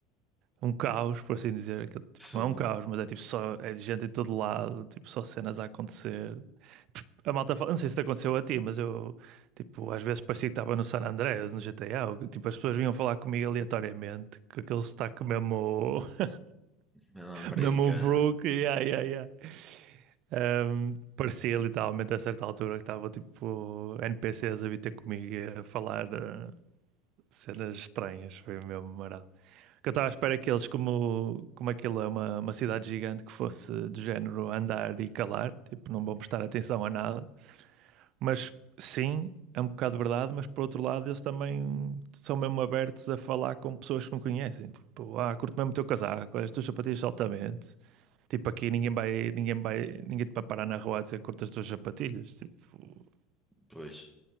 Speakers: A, on the right; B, in the centre.
A: um caos, por assim dizer. Aquilo, tipo,
B: Se
A: não é um caos, mas é tipo só é gente em todo lado, tipo, só cenas a acontecer. A malta fala, não sei se te aconteceu a ti, mas eu, tipo, às vezes parecia que estava no San Andreas, no GTA. ou que, Tipo, as pessoas vinham falar comigo aleatoriamente, com aquele sotaque mesmo. <laughs>
B: é uma americana.
A: Mesmo o brooke yeah, yeah, yeah. Um, parecia literalmente a certa altura que estava tipo NPCs a vir ter comigo e a falar eh, cenas estranhas, foi mesmo marado. Que eu estava à espera que eles, como, como aquilo é uma, uma cidade gigante, que fosse do género andar e calar, tipo, não vão prestar atenção a nada. Mas sim, é um bocado verdade, mas por outro lado, eles também são mesmo abertos a falar com pessoas que não conhecem. Tipo, ah, curto mesmo o teu casaco, olha, as tuas sapatilhas altamente. Tipo, aqui ninguém vai, ninguém vai, ninguém te vai parar na rua a dizer curto as tuas sapatilhas. Tipo,
B: Pois,